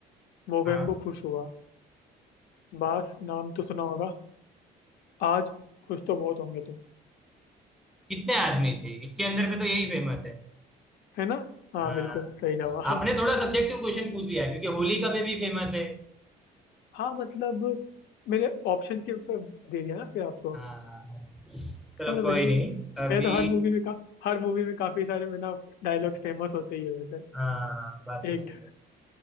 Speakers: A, on the left; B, in the centre.
A: मोगेम्बो
B: हाँ
A: खुश हुआ बास नाम तो सुना होगा आज खुश तो बहुत होंगे तुम
B: कितने आदमी थे इसके अंदर से तो यही फेमस है
A: है ना हाँ
B: हाँ
A: बिल्कुल सही जवाब
B: आपने थोड़ा सब्जेक्टिव क्वेश्चन पूछ लिया क्योंकि होली का भी फेमस है
A: हाँ मतलब मैंने ऑप्शन के ऊपर दे दिया ना फिर आपको
B: हाँ
A: हाँ,
B: चलो
A: मतलब
B: कोई
A: वैसे तो
B: नहीं अभी
A: मैं तो हर मूवी में का हर मूवी में काफी सारे मैं ना डायलॉग्स फेमस होते ही है वैसे
B: हाँ बात
A: एक
B: तो सही है